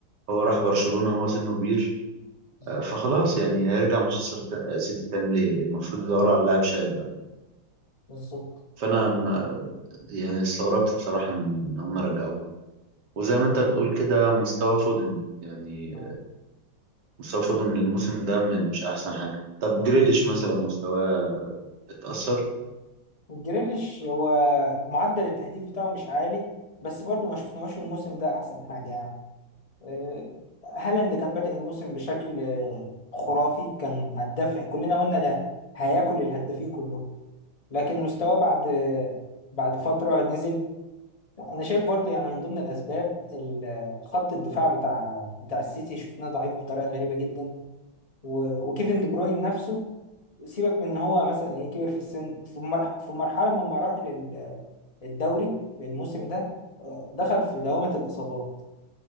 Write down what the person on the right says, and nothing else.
هو راح برشلونة هو سنه كبير
فخلاص يعني هيرجع مانشستر الت- سيتي تاني ليه المفروض يدوروا على لاعب شاب بقى
فانا ما يعني استغربت بصراحه ان إن هم رجعوه وزي ما انت بتقول كده مستوى فودن يعني
مستوى فودن الموسم ده م- مش احسن حاجه طب جريليش مثلا مستواه اتأثر